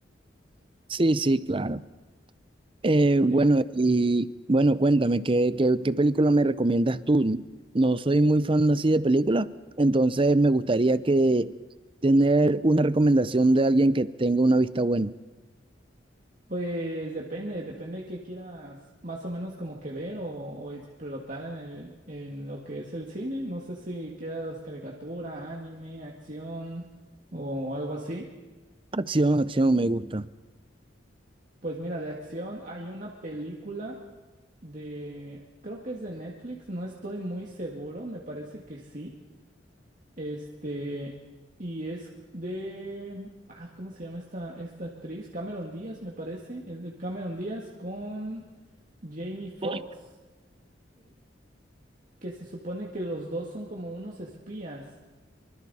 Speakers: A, on the right (about 30°); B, on the right (about 45°).
A: Sí, sí, claro. Eh, bueno,
B: Sí.
A: y bueno, cuéntame, ¿qué, qué, qué película me recomiendas tú? No soy muy fan así de películas, entonces me gustaría que tener una recomendación de alguien que tenga una vista buena.
B: Pues depende, depende de qué quieras más o menos como que ver o, o explotar en el, en lo que es el cine. No sé si quieras caricatura, anime, acción o algo así.
A: Acción, acción, me gusta.
B: Pues mira, de acción hay una película de, creo que es de Netflix, no estoy muy seguro, me parece que sí. Este, y es de, ah, ¿cómo se llama esta, esta actriz? Cameron Díaz, me parece. Es de Cameron Díaz con Jamie Foxx,
A: Ok,
B: que se supone que los dos son como unos espías.